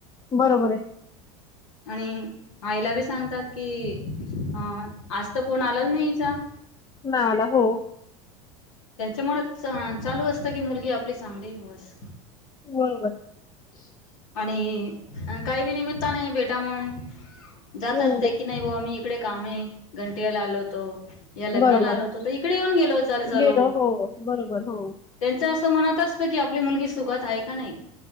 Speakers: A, on the left (about 25°); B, on the left (about 75°).
A: बरोबर आहे.
B: आणि आईला बी सांगतात की, <inaudible> ह आज तर फोन आलाच नाही हीचा
A: नाय आला हो.
B: त्याच्यामुळे चालू <inaudible> अस की <inaudible> मुलगी आपली <inaudible> चांगली बस
A: बरोबर <inaudible>
B: आणि काही बी निमित्ताने भेट त्यामूळ <unintelligible> जातात
A: हम्म
B: ते की नाही बाबा ही इकडे काम आहे घंटियाला आलो होतो या लग्नाला
A: बरोबर
B: आलो होतो तर इकडे येऊन गेलो चाल चालू
A: गेलो हो बरोबर हो
B: त्यांच असं मनात असत की आप आपली मुलगी सुखात आहे का नाही?